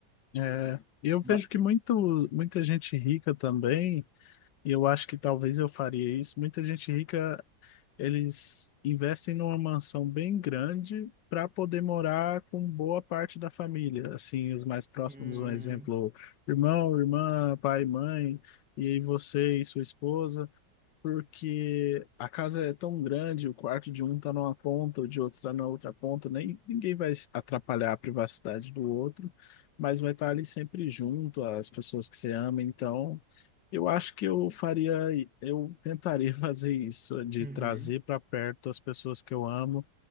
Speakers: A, on the left; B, in the centre.
A: É, eu
B: Ma-
A: vejo que muito, muita gente rica também, e eu acho que talvez eu faria isso. Muita gente rica, eles investem numa mansão bem grande para poder morar com boa parte da família. Assim, os mais próximos,
B: Hum,
A: um exemplo, irmão, irmã, pai, mãe, e aí você e sua esposa porque a casa é tão grande, o quarto de um tá numa ponta, o de outro tá na outra ponta, nem ninguém vai atrapalhar a privacidade do outro, mas vai estar ali sempre junto, as pessoas que você ama, então eu acho que eu faria, eu tentaria <laughs> fazer isso, de
B: uhum.
A: trazer para perto as pessoas que eu amo,